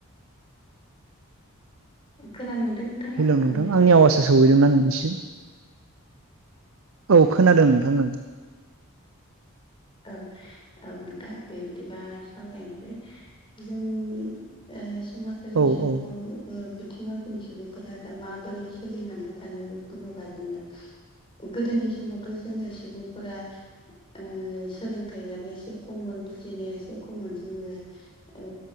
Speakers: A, on the left (about 25°); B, on the right (about 65°).
A: खोनानो मोनदों। नोंथाङा
B: हेलौ नोंथां
A: आवाजखौ
B: आंनि आवासा सौहैदों ना नोंनिसिम। औ खोनादों नोंथां ओं।
A: औ औ नोंथां दे बिदिबा सावरायनोसै। जोंनि ओ समाजारि
B: ओं
A: सुबुङावबो।
B: औ
A: ओ बिथिङाव जों सुबुंफोरा दा माबोरै सोलिनानै थानो बुङोबा जोङो। गोदोनि समावथ' जोङो सुबुंफोरा ओ। सोलोंथाइयाबो एसे खममोन जुजिनाया एसे खममोन जोङो। ओ